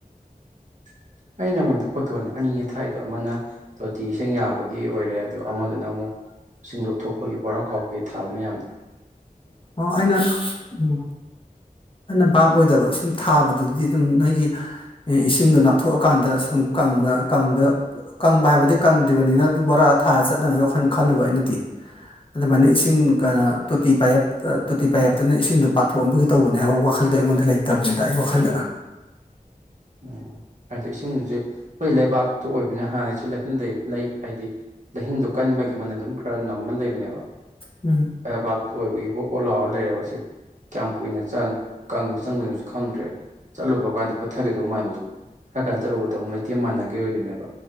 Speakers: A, on the right; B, on the left.
A: <unintelligible> ꯑꯩ ꯅꯉꯣꯟꯗ ꯐꯣꯇꯣꯅꯦ ꯑꯅꯤ ꯑ ꯊꯥꯏꯗꯣ ꯑꯃꯅ ꯇꯣꯇꯤꯁꯤꯡ ꯌꯥꯕꯒꯤ ꯑꯣꯏꯔꯦ ꯑꯗꯣ ꯑꯃꯗꯨꯅ ꯑꯃꯨꯛ ꯁꯤꯡꯗꯞ ꯊꯣꯛꯄꯒꯤ ꯕꯣꯔꯥ ꯀꯥꯎꯀꯩ ꯊꯥꯕ ꯃꯌꯥꯝꯗ
B: ꯑꯣ ꯑꯩꯅ ꯎꯝ ꯑꯩꯅ ꯚꯥꯞ ꯑꯣꯏꯗꯕ ꯁꯨꯝ ꯊꯥꯕꯗꯣ ꯑꯗꯨꯗꯤ ꯑꯗꯨꯝ ꯅꯣꯏꯒꯤ ꯏꯁꯤꯡꯗꯣ ꯅꯥꯞꯊꯣꯛꯑꯀꯥꯟꯗ ꯁꯨꯝ ꯀꯪꯕ ꯀꯪꯕ ꯀꯪꯕ ꯍꯥꯏ ꯍꯥꯏꯕꯗꯤ ꯀꯪꯗ꯭ꯔꯤꯕꯅꯤꯅ ꯕꯣꯔꯥ ꯊꯥꯔ ꯆꯠꯅꯕꯒꯤ ꯋꯥꯈꯜ ꯈꯜꯂꯨꯕ ꯑꯩꯅꯗꯤ ꯑꯗꯨꯃꯥꯏꯅ ꯏꯁꯤꯡ ꯀꯩꯅꯣ ꯇꯣꯇꯤ ꯄꯥꯏꯌꯦꯞ ꯇꯣꯇꯤ ꯄꯥꯏꯌꯞꯇꯨꯅ ꯏꯁꯤꯡꯗꯣ ꯄꯥꯊꯣꯛꯑꯝꯕꯒꯤ ꯇꯧꯕꯅꯦ ꯍꯥꯏꯕ ꯋꯥꯈꯜꯗꯣ ꯑꯩꯉꯣꯟꯗ ꯂꯩꯇꯕꯅꯤꯗ ꯑꯩ ꯋꯥꯈꯜꯗꯅ
A: <unintelligible> ꯎꯝ ꯑꯗꯣ ꯏꯁꯤꯡꯗꯨꯁꯨꯦ ꯑꯩꯈꯣꯏ ꯂꯩꯕꯥꯛꯇꯨ ꯑꯣꯏꯕꯅꯤ ꯍꯥꯟꯅꯁꯨ ꯂꯩ ꯂꯩ ꯂꯩ ꯍꯥꯏꯗꯤ ꯂꯍꯤꯡꯗꯣ ꯀꯟꯕꯒꯤ ꯃꯅꯟ ꯑꯗꯨꯝ ꯈꯔ ꯅꯝꯃ ꯂꯩꯕꯅꯦꯕ
B: ꯎꯝ
A: ꯕꯥꯛ ꯑꯣꯏꯕꯒꯤꯕꯨ ꯄꯣꯠ ꯂꯥꯎꯔ ꯂꯩꯔꯦꯕꯁꯦ ꯀꯌꯥꯝ ꯀꯨꯏꯅꯪꯪꯕ ꯆꯪꯗꯣꯏꯅꯣꯁꯨ ꯈꯪꯗ꯭ꯔꯦ ꯆꯠꯂꯨꯕ ꯀꯥꯟꯗ ꯄꯨꯊꯒꯗꯧꯕ ꯃꯌꯥꯝꯗ ꯈꯔ ꯀꯥꯟꯅ ꯆꯠꯔꯨꯕꯗ ꯑꯃꯨꯛ ꯂꯩꯇꯦꯝ ꯃꯥꯟꯅꯒꯦ ꯑꯣꯏꯔꯤꯅꯦꯕ